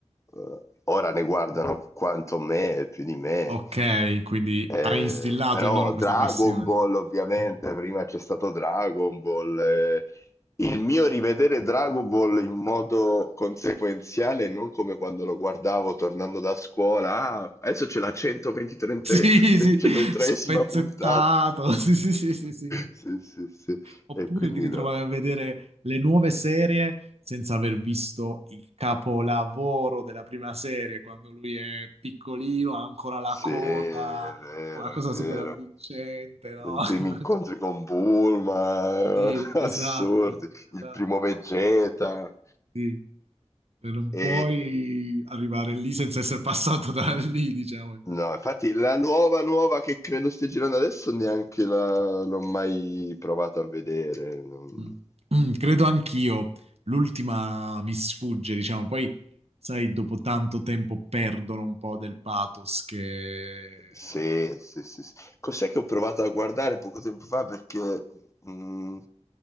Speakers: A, on the left; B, on the right.
A: eh, ora ne guardano quanto me, più di me,
B: Ok, quindi
A: eh,
B: ha instillato
A: però
B: in loro questa
A: Dragon
B: passione.
A: Ball ovviamente,
B: <laughs>
A: prima c'è stato Dragon Ball, il mio rivedere Dragon Ball in modo consequenziale, non come quando lo guardavo tornando da scuola. Ah, adesso c'è la 123esima
B: Sì, sì,
A: 123esima
B: spezzettato.
A: puntata. <laughs>
B: <laughs> Sì, sì, sì, sì, sì.
A: Sì, sì, sì.
B: Oppure
A: E quindi
B: ti ritrovavi
A: no.
B: a vedere le nuove serie senza aver visto il capolavoro della prima serie, quando lui è piccolino, ha ancora la
A: Sì,
B: coda,
A: è vero,
B: una cosa
A: è vero.
B: super avvincente, no?
A: I
B: <laughs>
A: primi incontri con Bulma,
B: Sì,
A: <laughs> assurdi.
B: esatto, esatto.
A: Il primo Vegeta.
B: Sì. E non
A: E
B: puoi arrivare lì senza essere passato da lì, diciamo. in qualche
A: No,
B: modo.
A: infatti la nuova nuova che credo stia girando adesso neanche la- l'ho mai provato a vedere. non-
B: Mm. <clears throat> Mm, Credo anch'io, l'ultima mi sfugge, diciamo, poi sai, dopo tanto tempo perdono un po' del pathos che...
A: Sì,
B: che-
A: sì, sì, sì. Cos'è che ho provato a guardare poco tempo fa? Perché mh,